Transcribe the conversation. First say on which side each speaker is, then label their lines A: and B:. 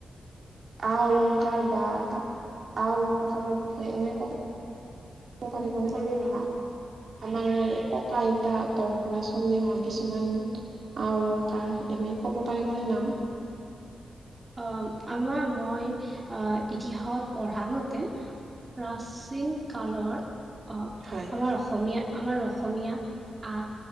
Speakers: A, on the right (about 60°); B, on the right (about 30°).
A: আ অলংকাৰ বা ক আ অলংকাৰৰ বিষয়ে এনে ক কব পাৰিব পালি অহা আমাৰ ককা আইতাহতৰ পৰা চলি অহা কিছুমান আ অলংকাৰ এনে এ ক'ব পাৰিবনে নাম।
B: অ আমাৰ মই ইতিহাসত পঢ়া মতে প্ৰাচীন কালত অ‌ আমাৰ
A: হয়
B: অসমীয়া আমাৰ অসমীয়া আ